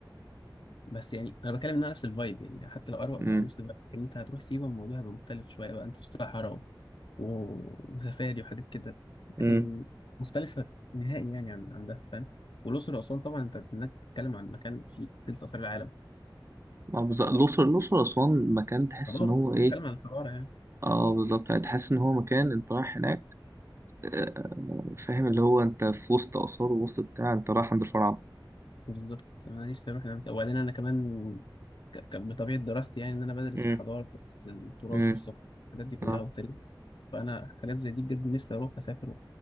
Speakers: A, on the left; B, on the right.
A: بس يعني انا بتكلم انها نفس الفايب يعني حتى لو اروق
B: امم
A: بس نفس الفايب ان انت هتروح سيوه الموضوع هيبقى مختلف شويه بقى انت في الصحراء وسفاري وحاجات كده لكن
B: امم
A: مختلفة نهائي يعني عن عن ده فاهم والأقصر وأسوان طبعا أنت إنك بتتكلم عن مكان فيه تلت آثار العالم
B: اه بالظبط الأقصر الأقصر أسوان مكان تحس
A: حضارة
B: إن هو إيه
A: بتتكلم عن حضارة يعني
B: اه بالظبط يعني تحس إن هو مكان أنت رايح هناك آه، فاهم اللي هو أنت في وسط آثار ووسط بتاع أنت رايح عند الفراعنة
A: بالظبط أنا نفسي أروح هناك وبعدين أنا كمان ك- ك- بطبيعة دراستي يعني إن أنا بدرس
B: امم
A: الحضارة بدرس التراث
B: امم
A: والثقافة الحاجات دي كلها
B: اه
A: والتاريخ فأنا حاجات زي دي بجد نفسي أروح أسافر